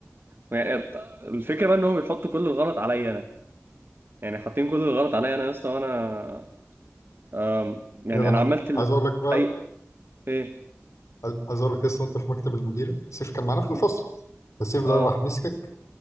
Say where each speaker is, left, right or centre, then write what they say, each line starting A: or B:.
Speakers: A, on the right (about 50°); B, on the left (about 80°).
A: ويعني الت- الفكره بقى ان هو بيحط كل الغلط عليا انا يعني حاطين كل الغلط عليا انا يا اسطى وانا آم، يعني
B: يا ده
A: انا
B: انا
A: عملت ال...
B: عايز اقول لك بقى
A: اي ايه
B: عايز عايز اقول لك لسه وانت في مكتب المديره سيف كان معانا في الفصل
A: م-
B: فالسيف
A: اه
B: ده راح مسكك